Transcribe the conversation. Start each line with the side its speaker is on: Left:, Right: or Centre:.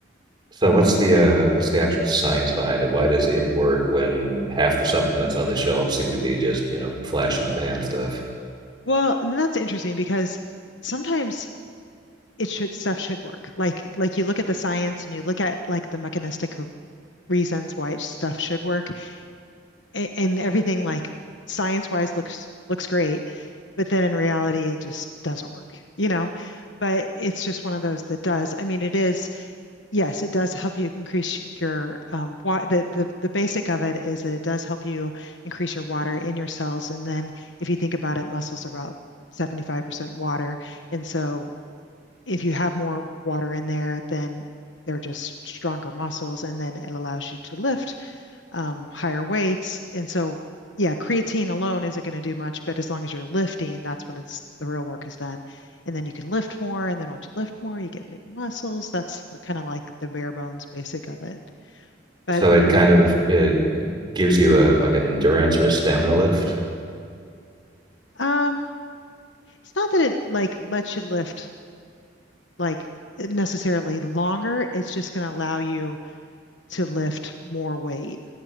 Right: So what's the uh, what's the actual science behind it? Why does it work when half the supplements on the shelf seem to be just you know flash in the pan stuff?
Left: Well, and that's interesting because sometimes it should stuff should work. Like like you look at the science and you look at like the mechanistic r- reasons why it- stuff should work, and, and everything like science wise looks looks great, but then in reality it just doesn't work, you know? But it's just one of those that does. I mean, it is Yes, it does help you increase your um, wa the, the the basic of it is that it does help you increase your water in your cells. And then if you think about it, muscles are about 75% water. And so if you have more water in there, then they're just stronger muscles. And then it allows you to lift um, higher weights. And so, yeah, creatine alone isn't going to do much, but as long as you're lifting, that's when it's the real work is done. And then you can lift more. And then once you lift more, you get bigger muscles. That's kind of like the bare bones basic of it. But
Right: So it kind of it gives you a like an endurance or a stamina lift.
Left: um, it's not that it like lets you lift like necessarily longer. It's just going to allow you to lift more weight.